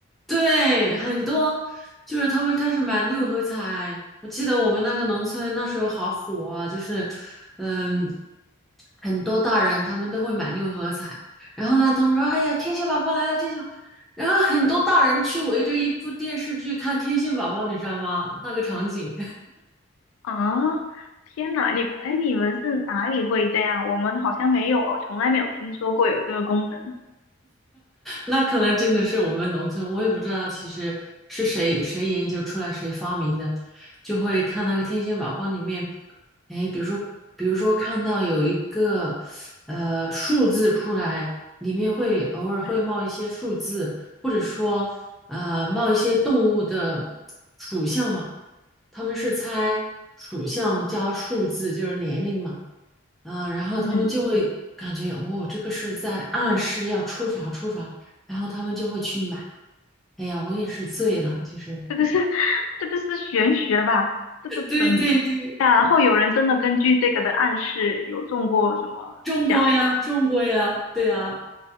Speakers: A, in the centre; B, on the left.
A: 对，很多就是他们开始买六合彩。我记得我们那个农村那时候好火啊，就是嗯，很多大人他们都会买六合彩。然后呢，他们说：“哎呀，天线宝宝来了，天线。”然后很多大人去围着一部电视剧看《天线宝宝》，你知道吗？那个场景。
B: 啊！天哪，你哎，你们是哪里会这样？我们好像没有哦，从来没有听说过有这个功能。
A: 那可能真的是我们农村，我也不知道其实是谁谁研究出来谁发明的，就会看那个天线宝宝里面，哎，比如说比如说看到有一个呃数字出来，里面会偶尔会冒一些数字，
B: 嗯
A: 或者说呃冒一些动物的属相嘛，他们是猜属相加数字就是年龄嘛。嗯，呃然后他们就会感觉哦，
B: 嗯，
A: 这个是在暗示要出啥出啥，然后他们就会去买。哎呀，我也是醉了，就是
B: 这个是 <laughs> 这个是玄学吧？
A: <laughs>
B: 这个怎么
A: 对对对，
B: 然后有人真的根据这个的暗示有中过什么奖吗？
A: 中国呀，中国呀，对呀，